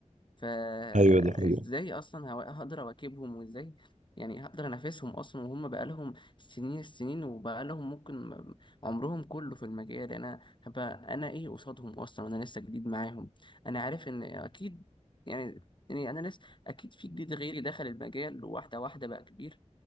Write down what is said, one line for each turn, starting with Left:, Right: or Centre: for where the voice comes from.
Left: فازاي
Right: ايوه ده ايوه
Left: اصلا هو- هقدر اواكبهم وازاي يعني هقدر انافسهم اصلا وهم بقالهم سنين السنين وبقالهم ممكن م- عمرهم كله في المجال انا هبقى انا ايه قصادهم اصلا انا لسه جديد معاهم انا عارف ان اكيد يعني يعني انا لسه اكيد في جديد غيري دخل المجال واحده واحده بقى كبير